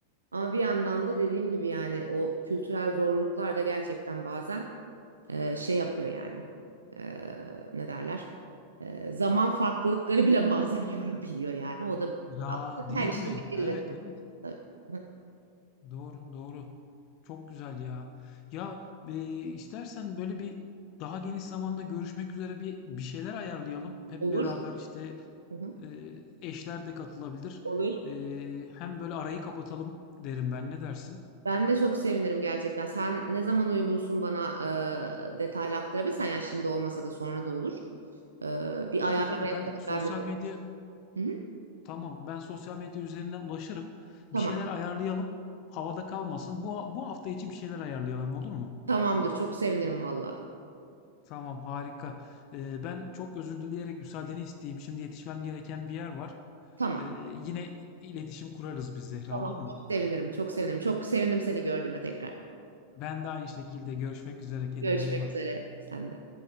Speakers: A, on the right (about 75°); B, on the left (about 40°).
A: Ama bir yandan da dediğim gibi yani o kültürel zorluklar da gerçekten bazen e, şey yapıyor yani. E, ne derler? E, zaman farklılıkları bile <laughs> bazen yorabiliyor yani. O da
B: Ya değil
A: her işin
B: mi?
A: bir
B: Evet
A: dil ve
B: evet
A: Tabii. Hı hı.
B: doğru doğru çok güzel ya. Ya e, istersen böyle bir daha geniş zamanda görüşmek üzere bir bir şeyler ayarlayalım. Hep
A: Olur.
B: beraber işte
A: Hı hı.
B: Ee, eşler de katılabilir.
A: Olur.
B: Ee, hem böyle arayı kapatalım derim ben. Ne dersin?
A: Ben de çok sevinirim gerçekten. Sen ne zaman uygunsun bana e, detaylı aktarabilirsen yani şimdi olmasa da sonra da olur. E, bir
B: Tabii
A: ayarlama
B: tabii
A: yapalım.
B: ben sosyal
A: Ben de çok.
B: medya
A: Hı hı.
B: tamam ben sosyal medya üzerinden ulaşırım.
A: Tamam.
B: Bir şeyler ayarlayalım. Havada kalmasın. Bu, bu hafta içi bir şeyler ayarlayalım olur mu?
A: Tamamdır. Çok sevinirim valla.
B: Tamam harika. Ee, ben çok özür dileyerek müsaadeni isteyeyim. Şimdi yetişmem gereken bir yer var.
A: Tamam.
B: Ee, yine iletişim kurarız biz Zehra
A: Tamam.
B: olur mu?
A: Çok sevinirim. Çok sevinirim. Çok sevindim seni gördüğüme tekrar.
B: Ben de aynı şekilde görüşmek üzere. Kendine
A: Görüşmek
B: iyi bak.
A: üzere. Sen de.